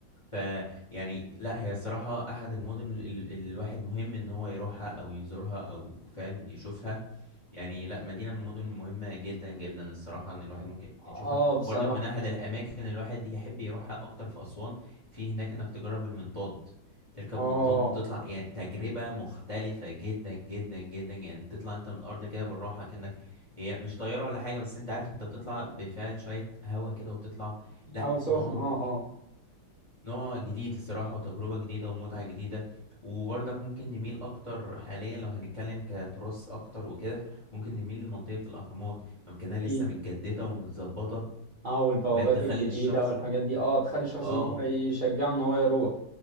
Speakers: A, on the left (about 25°); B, on the right (about 45°).
A: فيعني لا هي الصراحة أحد المدن ال- ال- الواحد مهم إن هو يروحها أو يزورها أو فاهم يشوفها يعني لا مدينة من المدن مهمة جدا جدا الصراحة إن الواحد ممكن يشوفها
B: آه بصراحة
A: وبرضك من أحد الأماكن الواحد يحب يروحها أكتر في أسوان في هناك إنك تجرب المنطاد تركب
B: آه
A: منطاد وتطلع يعني تجربة مختلفة جدا جدا جدا يعني تطلع انت من الأرض كده بالراحة كأنك هي مش طيارة ولا حاجة بس انت عارف انت بتطلع بفعل شوية هوا كده وبتطلع لا
B: حاول سخن
A: نوم
B: آه آه
A: نوع جديد الصراحة وتجربة جديدة ومتعة جديدة وبرضك ممكن نميل أكتر حاليا لو هنتكلم كتراث أكتر وكده ممكن نميل لمنطقة الأهرامات ممكنها لسه
B: أكيد
A: متجددة ومتظبطة
B: آه والبوابات
A: بقت تخلي
B: الجديدة
A: الشخص
B: والحاجات دي آه تخلي الشخص
A: اه
B: إن هو يشجعه إن هو يروح